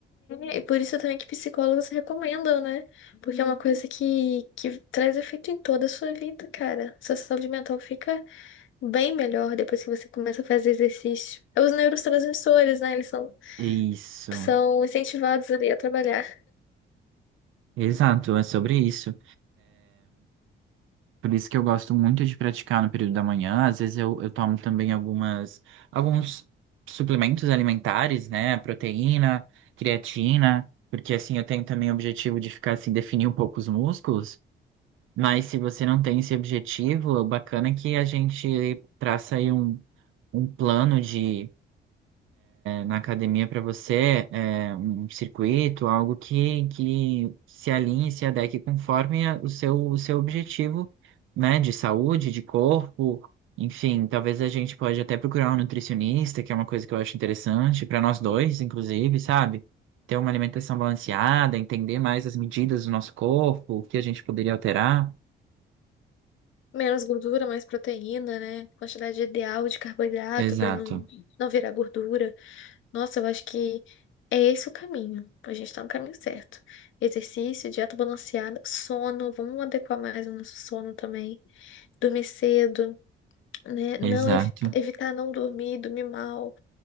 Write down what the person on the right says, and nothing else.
Isso,
exato, é sobre isso. Por isso que eu gosto muito de praticar no período da manhã. Às vezes eu, eu tomo também algumas, alguns suplementos alimentares, né? Proteína, creatina, porque assim eu tenho também o objetivo de ficar assim, definir um pouco os músculos. Mas se você não tem esse objetivo, o bacana é que a gente traça aí um, um plano de na academia para você é, é um circuito, algo que, que se alinhe, se adeque conforme a- o seu, o seu objetivo, né, de saúde, de corpo, enfim, talvez a gente pode até procurar um nutricionista, que é uma coisa que eu acho interessante para nós dois, inclusive, sabe? Ter uma alimentação balanceada, entender mais as medidas do nosso corpo, o que a gente poderia alterar.
Exato,
exato.